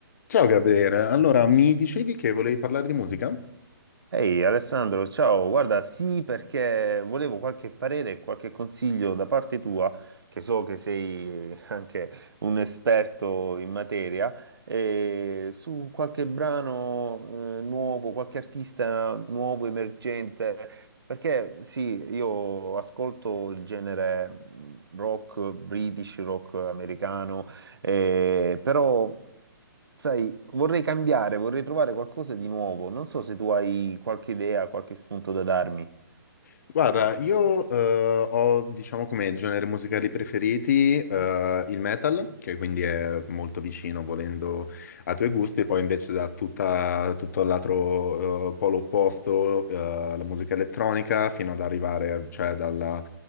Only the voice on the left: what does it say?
Ciao Gabriele, allora mi dicevi che volevi parlare di musica?
Guarda, io eh, ho diciamo come generi musicali preferiti eh, il metal, che quindi è molto vicino volendo ai tuoi gusti, poi invece da tutta, tutto l'altro eh, polo opposto, eh, la musica elettronica, fino ad arrivare cioè dalla,